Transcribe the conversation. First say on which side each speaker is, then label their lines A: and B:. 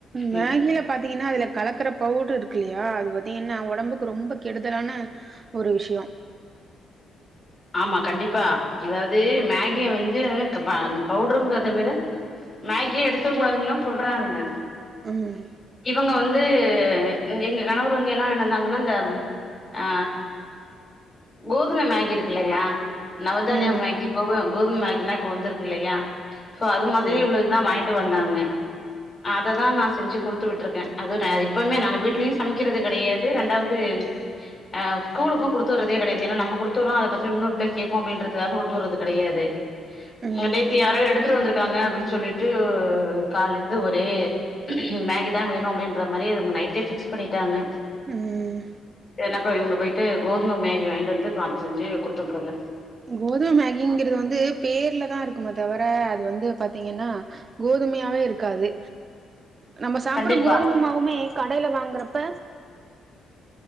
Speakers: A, on the right; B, on the left.
A: மேகில
B: ம்,
A: பாத் தீங்கன்னா அதுல கலக்கற பவுடரு இருக்கு இல்லையா அது பாத்தீங்கன்னா ஒடம்புக்கு ரொம்ப கெடுதலான ஒரு விஷயோ
B: ஆமா கண்டிப்பா அதாவது மேகிய வந்து அந்த அந்த பவுடருங்கிறத விட மேகிய எடுத்துக்க கூடாதுன்னு தா சொல்றானுங்க
A: ம்
B: இவங்க வந்து எங்க கணவர் வந்து என்ன வாங்கிட்டு வந்தாங்கன்னா இந்த ஆ கோதும மேகி இருக்கு இல்லையா நவதானியம்
A: ம்
B: மேகி கோ கோதும மேகில்லா இப்ப வந்துருக்கு இல்லையா சோ அது
A: அப்டியா
B: மாதிரி உள்ளது தா வாங்கிட்டு வந்தாங்க அததா நா செஞ்சி குடுத் குடுத்து விட்டுருக்கே அது நா எப்பயுமே நாங்க வீட்லயு சமைக்கிறது கெடையாது ரெண்டாவது ஆ ஸ்கூலுக்கு குடுத்து விடுறதே கெடயாது ஏன்னா நம்ம குடுத்து விடுறோ அத பாத்து இன்னொரு புள்ள கேக்கு அப்டின்றதுக்காக குடுத்து விடுறது கெடையாது
A: ம்
B: நேத்து யாரோ எடுத்துட்டு வந்திருக்காங்க அப்டின்னு சொல்லிட்டு காலேல இருந்து ஒரே மேகி தா வேணு அப்டின்ற மாரி அது அவுங்க நைட்டே பிக்ஸ் பண்ணிட்டாங்க
A: ம்
B: என்னப்ப இவுங்க போயிட்டு கோதும மேகி வாங்கிட்டு வந்து பாத்து செஞ்சி குடுத்து வுட்ருக்கு
A: கோதும மேகிங்கிறது வந்து பேர்லதா இருக்குமே தவர அது வந்து பாத்தீங்கன்னா கோதுமையாவே இருக்காது நம்ம சாப்டுற
B: கண்டிப்பா
A: கோதும மாவுமே கடேல வாங்குறப்ப